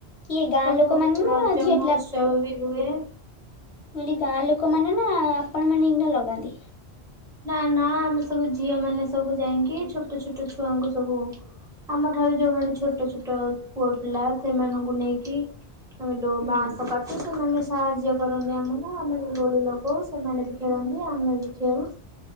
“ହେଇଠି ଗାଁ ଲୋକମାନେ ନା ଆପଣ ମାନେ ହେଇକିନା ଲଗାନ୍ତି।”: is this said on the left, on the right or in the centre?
Left